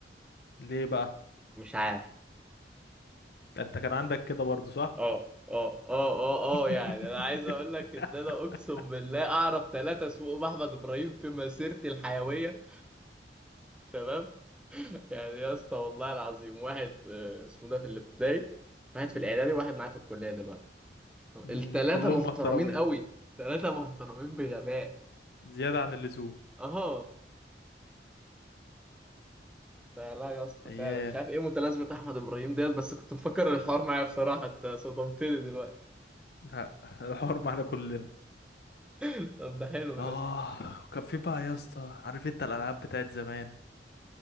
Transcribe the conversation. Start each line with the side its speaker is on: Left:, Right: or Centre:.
Left: ليه بقى
Centre: مش عارف
Left: ده انت كان عندك كده برضو صح
Centre: اه اه اه اه
Left: <laughs>
Centre: اه يعني انا عايز اقول لك ان انا اقسم بالله اعرف ثلاثة اسمهم احمد ابراهيم في مسيرتي الحيوية تمام <laughs> يعني يا اسطى والله العظيم واحد في اسمه ده في الابتدائي واحد في الاعدادي واحد معايا في الكلية دلوقتي
Left: امم
Centre: الثلاثة
Left: كلهم
Centre: محترمين
Left: محترمين
Centre: قوي ثلاثة محترمين بغباء
Left: زيادة عن اللزوم
Centre: اه فلا يا اسطى
Left: ايام
Centre: فعلا مش عارف ايه متلازمة احمد ابراهيم ديت بس كنت مفكر الحوار معايا بصراحة انت صدمتني دلوقتي
Left: لا، الحوار معانا كلنا
Centre: <laughs> طب ده حلو
Left: اه
Centre: ده
Left: وكان في بقى يا اسطى عارف انت الالعاب بتاعت زمان